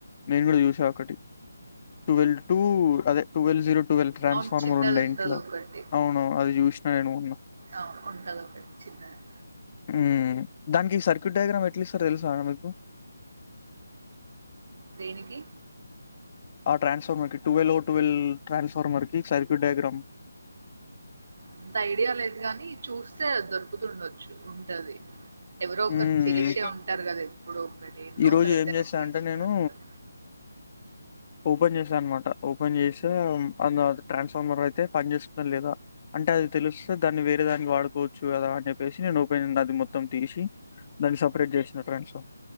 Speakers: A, on the left; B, on the right.
A: నేను గూడా చూసా ఒక్కటి టువెల్ టూ అదే టువెల్ జీరో టువెల్వ్ ట్రాన్స్ఫార్మర్
B: అవును. చిన్నదుంటదొకటి.
A: ఉండే ఇంట్లో అవును అది చూసినా నేను మొన్నా
B: అవు ఉంటది ఒక చిన్నది
A: ఉమ్ దానికి సర్క్యూట్ డయాగ్రామ్ ఎట్లు ఇస్తోరో తెలుసా మీకు
B: దేనికి
A: ఆ ట్రాన్స్ఫార్మర్ కి టువెల్వ్ ఓ టువెల్ ట్రాన్స్ఫార్మర్ కి సర్క్యూట్ డయాగ్రామ్
B: అంత ఐడియా లేదు గాని చూస్తే దొరుకుతుండొచ్చు ఉంటది. ఎవరో ఒకరు
A: ఉమ్
B: చేసే ఉంటారు గదా ఇప్పుడో ఒకటి ఎన్నో
A: ఈ రోజు
B: ఒక దగ్గర
A: ఏం చేస్తా
B: చేసే
A: అంటే నేను
B: ఉంటారు
A: ఓపెన్ చేసా అనమాట ఓపెన్ చేస్తే అందు ట్రాన్స్ఫార్మర్ అయితే పని చేస్తుందా లేదా అంటే అది తెలుస్తే దాన్ని వేరే దానికి వాడుకోవచ్చు గదా అని చెప్పేసి నేను ఓపె అది మొత్తం తీసి దాన్ని సపరేట్ చేసిన ట్రాండ్స్ ఫా